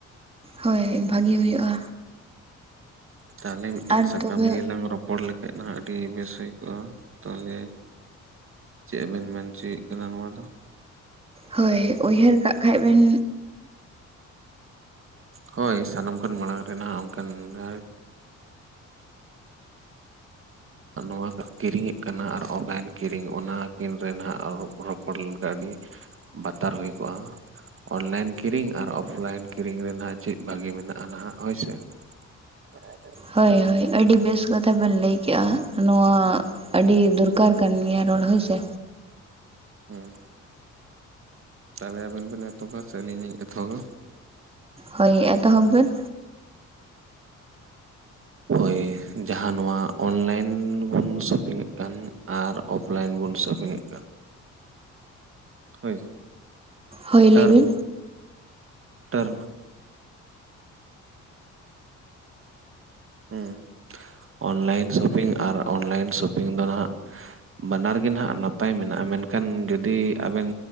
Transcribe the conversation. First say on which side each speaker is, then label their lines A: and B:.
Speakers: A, on the right (about 20°); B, on the right (about 45°).
A: ᱦᱳᱭ ᱵᱷᱟᱜᱤ ᱦᱩᱭᱩᱜᱼᱟ
B: ᱛᱟᱦᱞᱮ ᱢᱤᱫᱴᱮᱱ
A: ᱟᱨ
B: ᱥᱟᱛᱟᱢ
A: ᱛᱚᱵᱮ
B: ᱱᱤᱭᱮ ᱞᱟᱝ ᱨᱚᱯᱚᱲ ᱞᱮᱠᱷᱟᱡ ᱦᱟᱜ ᱟᱹᱰᱤ ᱵᱮᱥ ᱦᱩᱭ ᱠᱚᱜᱼᱟ ᱛᱟᱞᱦᱮ ᱪᱮᱫ ᱵᱮᱱ ᱢᱮᱱ ᱪᱚᱭᱮᱫ ᱠᱟᱱᱟ ᱱᱚᱣᱟ ᱫᱚ
A: ᱦᱳᱭ ᱩᱭᱦᱟᱹᱨ ᱠᱟᱜ ᱠᱷᱟᱡ ᱵᱤᱱ
B: ᱦᱳᱭ ᱥᱟᱱᱟᱢ ᱠᱷᱚᱱ ᱢᱟᱲᱟᱝ ᱨᱮ ᱱᱟᱦᱟᱜ ᱚᱱᱠᱟᱱ <inaudible> ᱱᱚᱣᱟ ᱠᱤᱨᱤᱧᱮᱫ ᱠᱟᱱᱟ ᱟᱨ ᱚᱱᱞᱟᱭᱤᱱ ᱠᱤᱨᱤᱧ ᱚᱱᱟ ᱠᱤᱱ ᱨᱮᱱᱟᱜ ᱨᱚᱯᱚᱲ ᱞᱮᱱᱠᱷᱟᱱ ᱟᱹᱰᱤ <inaudible> ᱵᱟᱛᱟᱨ ᱦᱩᱭ ᱠᱚᱜᱼᱟ ᱚᱱᱞᱟᱭᱤᱱ ᱠᱤᱨᱤᱧ ᱟᱨ ᱚᱯᱷᱞᱟᱭᱤᱱ ᱠᱤᱨᱤᱧ ᱨᱮ ᱱᱟᱜ ᱪᱮᱫ ᱵᱷᱟᱹᱜᱤ ᱢᱮᱱᱟᱜᱼᱟ ᱱᱟᱦᱟᱜ ᱦᱳᱭ ᱥᱮ <inaudible>
A: ᱦᱳᱭ ᱦᱳᱭ ᱟᱹᱰᱤ ᱵᱮᱥ ᱠᱟᱛᱷᱟ ᱵᱮᱱ ᱞᱟᱹᱭ ᱠᱮᱫᱼᱟ ᱱᱚᱣᱟ ᱟᱹᱰᱤ ᱫᱚᱨᱠᱟᱨ ᱠᱟᱱ ᱜᱮᱭᱟ ᱨᱚᱲ ᱦᱳᱭ ᱥᱮ
B: ᱦᱩᱸ ᱛᱟᱦᱚᱞᱮ ᱟᱵᱮᱱ ᱵᱮᱱ ᱮᱛᱚᱦᱚᱵᱟ ᱥᱮ ᱟᱹᱞᱤᱧ ᱞᱤᱧ ᱮᱛᱚᱦᱚᱵᱟ
A: ᱦᱳᱭ ᱮᱛᱚᱦᱚᱵ ᱵᱮᱱ
B: ᱦᱳᱭ ᱡᱟᱦᱟᱸ ᱱᱚᱣᱟ ᱚᱱᱞᱟᱭᱤᱱ ᱵᱚᱱ ᱥᱚᱯᱤᱝ ᱮᱫ ᱠᱟᱱ ᱟᱨ ᱚᱯᱷ ᱞᱟᱭᱤᱱ ᱵᱚᱱ ᱥᱚᱯᱤᱝ ᱮᱫ ᱠᱟᱱ ᱦᱳᱭ
A: ᱦᱳᱭ
B: ᱴᱱ
A: ᱞᱟᱹᱭ ᱵᱤᱱ
B: ᱴᱟᱨᱱ <unintelligible> ᱦᱮᱸ ᱚᱱᱞᱟᱭᱤᱱ ᱥᱚᱯᱤᱝ ᱟᱨ ᱚᱱᱞᱟᱭᱤᱱ ᱥᱚᱯᱤᱝ ᱫᱚ ᱱᱟᱜ ᱵᱟᱱᱟᱨ ᱜᱮ ᱱᱟᱸᱜ ᱱᱟᱯᱟᱭ ᱢᱮᱱᱟᱜᱼᱟ, ᱢᱮᱱᱠᱷᱟᱱ ᱡᱩᱫᱤ ᱟᱵᱮᱱ